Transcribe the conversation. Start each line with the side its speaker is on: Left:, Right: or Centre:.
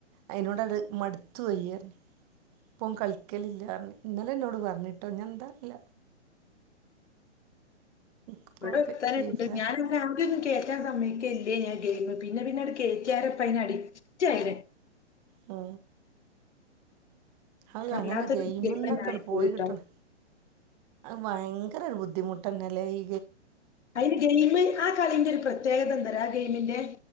Right: അയിതിനോട് അടു മടുത്തു വയ്യന്ന് പോം കളിക്കലില്ല പറ ഇന്നലും എന്നോട് പറഞ്ഞിട്ടോ ഞൻ എന്താ അറിയില്ല ഇപ്പോൾ
Left: ഇവിടെ ഒത്തനുണ്ട്
Right: ഫീ ഫീഫ
Left: ഞാന ഒന്നും കേറ്റാൻ സമയക്ക ഞ ഗമ പിന്നെ പി നാ കേ ചാരപ്പ ഇ നാടി ചായര
Right: ആ അയോ
Left: വല്ലാത്തൊരു
Right: അങ്ങനെ ഗെയയി്മന്നൊക്കെ
Left: ഗെയിം തന്നെ ആയി
Right: പോയി
Left: പോയിട്ടോ
Right: കിട്ടണം ഭയര ഇത്രരു ബുദ്ധിമുട്ടന്നല്ലെഈ
Left: അതിന് ഗെയിമ ആ കളിന്റെ ഒരു പ്രത്യേകത എന്തരാ ആ ഗെയിമിൻന്റെ